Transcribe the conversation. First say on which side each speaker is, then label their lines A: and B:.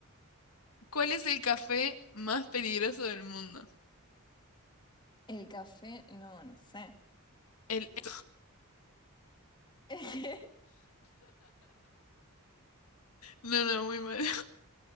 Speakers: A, on the left (about 80°); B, on the left (about 20°).
A: ¿cuál es el café más peligroso del mundo?
B: El café, no, no sé.
A: El... <gasps>
B: <laughs>
A: No, no, muy mal. <laughs>